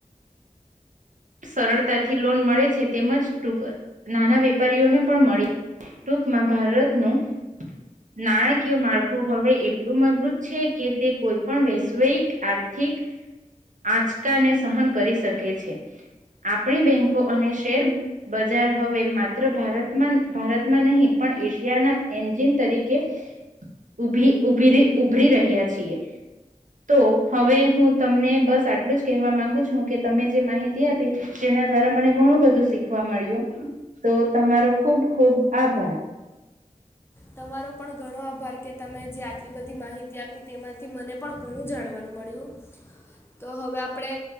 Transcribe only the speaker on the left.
તમારો પણ ઘણો આભાર કે તમે જે આટલી બધી માહિતી આપી તેમાંથી મને પણ ઘણું જાણવાનું મળ્યું. તો હવે આપડે